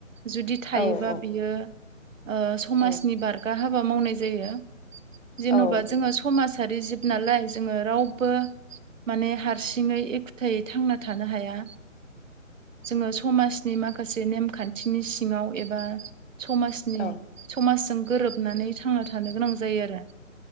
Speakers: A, on the right (about 70°); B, on the left (about 50°).
A: जुदि थायोबा
B: औ औ
A: बियो ओ समाजनि
B: औ
A: बार गा हाबा मावनाय जायो जेनबा
B: औ
A: जोङो समाजारि जिब नालाय जोङो रावबो माने हारसिङै एखुथायै थांना थानो हाया। जोङो समाजनि माखासे नेमखान्थिनि सिङाव एबा समाज नि
B: औ
A: समाजजों गोरोबनानै थांना थानो गोनां जायो आरो।